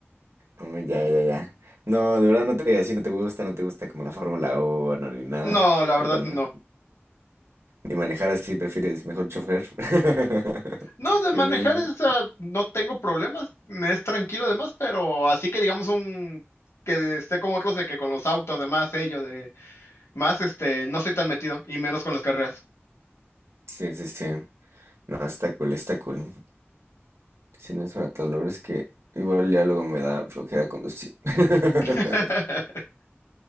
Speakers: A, on the right; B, on the left.
A: Oh, ya, ya, ya. No, de verdad no te, así no te gusta, no te gusta como la Fórmula 1 ni nada.
B: No, la verdad
A: O cuando,
B: no.
A: ni manejar así, prefieres mejor chofer. <laughs>
B: No, de
A: Que
B: manejar
A: te lleven.
B: esa no tengo problemas, me es tranquilo demás, pero así que digamos un que esté como otros de que con los autos, de ello de más este, no soy tan metido, y menos con las carreras.
A: Sí, sí, sí. No, está cool, está cool. Si no es para todo, la verdad es que igual ya luego me da flojera conducir. <laughs>
B: <laughs>